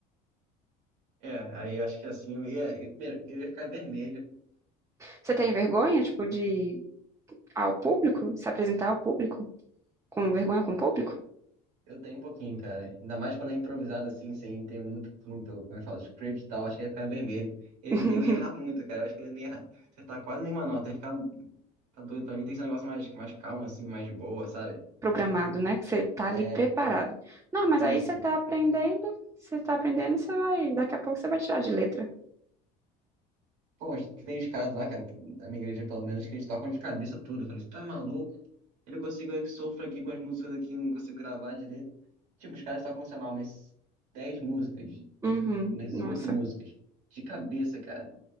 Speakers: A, on the right; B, on the right.
A: É, aí eu acho que assim eu ia. eu- primeiro, eu ia ficar vermelho.
B: Você tem vergonha,
A: E
B: tipo, de ao público, se apresentar ao público? Com vergonha com o público?
A: Eu tenho um pouquinho, cara. Ainda mais quando é improvisado assim, sem ter muito, muito, como é que fala, script e tal, acho que ia ficar vermelho. E eu,
B: <laughs>
A: e eu ia errar muito, cara. Eu acho que eu não ia errar. Você tá quase nenhuma nota, eu ia ficar. Tá doido, pra mim tem que ser um negócio mais, mais calmo, assim, mais de boa, sabe?
B: programado, né? Que você tá
A: É,
B: ali preparado.
A: foi-
B: Não, mas
A: isso.
B: aí você tá aprendendo, você tá aprendendo, você vai, daqui a pouco você vai tirar de letra.
A: Pô, mas que tem os caras lá, cara, que, da minha igreja pelo menos, que eles tocam de cabeça tudo. Eu falei, você tá maluco? ele não consigo, que sofro aqui com as músicas aqui, eu não consigo gravar direito. Tipo, os caras tocam, sei lá, umas 10 músicas,
B: Uhum.
A: umas
B: Nossa,
A: 8 músicas, de cabeça, cara.